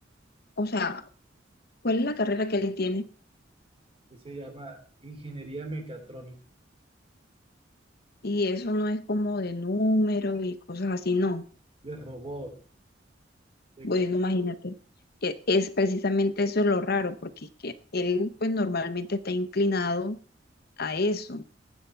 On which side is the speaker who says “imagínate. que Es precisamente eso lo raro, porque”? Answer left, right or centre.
Left